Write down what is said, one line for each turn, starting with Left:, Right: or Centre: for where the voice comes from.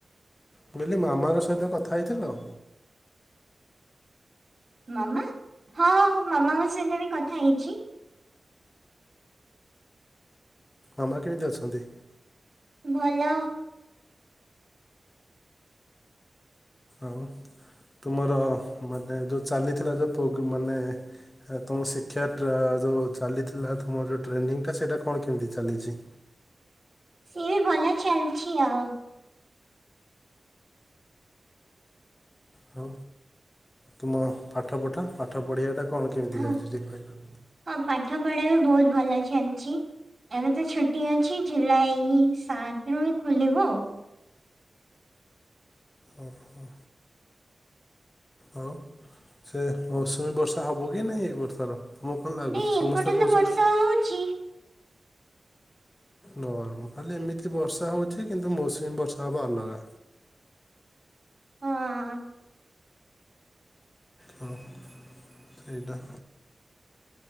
Left: କହିଲି ମାମାଙ୍କ ସହିତ କଥା ହେଇଥିଲ?
Right: ମାମା ହଁ ମାମାଙ୍କ ସହିତ ବି କଥା ହେଇଛି।
Left: ମାମା କେମିତି ଅଛନ୍ତି?
Right: ଭଲ
Left: ଆଉ ତୁମର ମାନେ ଯେଉଁ ଚାଲିଥିଲା ଯେଉ ମାନେ ତୁମ ଶିକ୍ଷା ଯେଉଁ ଚାଲିଥିଲା ତୁମର ଯେଉଁ ଟ୍ରେନିଂଟା ସେଇଟା କଣ କେମିତି ଚାଲିଛି?
Right: ସିଏ ବି ଭଲ ଚାଲିଛି ଆଉ।
Left: ହଉ ତୁମ ପାଠ ପଠା ପାଠ ପଢ଼ିବାଟା କଣ କେମିତି
Right: ହଁ
Left: ଯାଉଛି ଯେ କହିଲ?
Right: ହଁ ପାଠ ପଢା ବି ବହୁତ ଭଲ ଚାଲିଛି। ଏବେ ତ ଛୁଟି ଅଛି ଜୁଲାଇ ସାତରୁ ଖୋଲିବ।
Left: ଓହୋ। ଆଉ ସେ ମୌସୁମୀ ବର୍ଷା ହେବ କି ନାହିଁ ଏ ବର୍ଷର? ତମକୁ କଣ ଲାଗୁଛି?
Right: ନାଇଁ
Left: ସମସ୍ତେ
Right: ଏପଟେ
Left: କହୁଛନ୍ତି
Right: ତ ବର୍ଷା ହଉଛି
Left: ନା ଖାଲି ଏମିତି ବର୍ଷା ହେଉଛି କିନ୍ତୁ ମୌସୁମୀ ବର୍ଷା ହେବ ଅଲଗା।
Right: ହଁ।
Left: ହଁ ସେଇଟା।